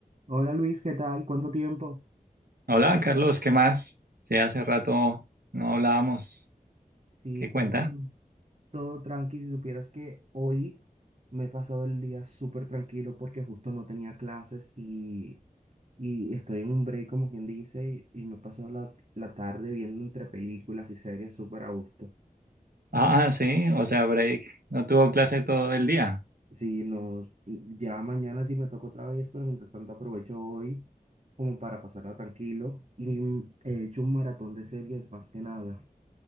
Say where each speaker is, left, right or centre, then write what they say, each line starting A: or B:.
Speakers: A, on the right; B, on the right.
A: Hola Luis, ¿qué tal? ¿Cuánto tiempo?
B: Hola, Carlos, ¿qué más? Sí, hace rato no hablábamos.
A: Sí,
B: ¿Qué
A: cuéntame.
B: cuenta?
A: Todo tranqui, si supieras que hoy me he pasado el día súper tranquilo porque justo no tenía clases y, y estoy en un break, como quien dice, y, y me he pasado la, la tarde viendo entre películas y series súper a gusto.
B: Ah, sí, o sea, break. No tuvo clase todo el día.
A: Sí, no, ya mañana sí me toca otra vez, pero mientras tanto aprovecho hoy como para pasarla tranquilo y mm, he hecho un maratón de series más que nada.